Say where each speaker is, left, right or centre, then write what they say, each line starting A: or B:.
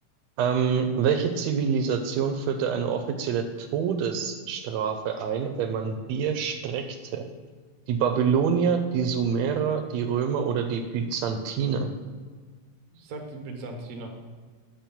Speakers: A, on the right (about 75°); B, on the right (about 55°).
A: Ähm, welche Zivilisation führte eine offizielle Todesstrafe ein, wenn man Bier streckte? Die Babylonier, die Sumerer, die Römer oder die Byzantiner.
B: Ich sag die Byzantiner.